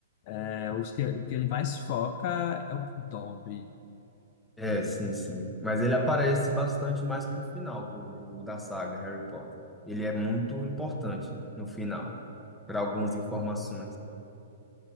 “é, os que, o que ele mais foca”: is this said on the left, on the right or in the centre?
Left